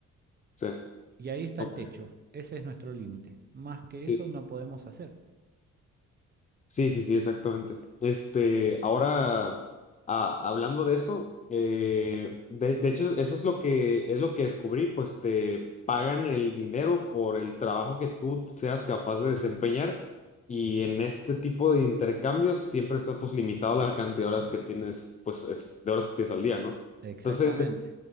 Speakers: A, on the left; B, on the right.
A: sí,
B: Y ahí está
A: ok,
B: el techo, ese es nuestro límite. Más que
A: sí.
B: eso no podemos hacer.
A: Sí, sí, sí, exactamente. Este, ahora, a- hablando de eso, eh, de, de hecho, eso es lo que es lo que descubrí, pues te pagan el dinero por el trabajo que tú seas capaz de desempeñar y en este tipo de intercambios siempre estás pues limitado a la cantidad de horas que tienes, pues es- de horas que tienes al día, ¿no?
B: Exactamente.
A: entonces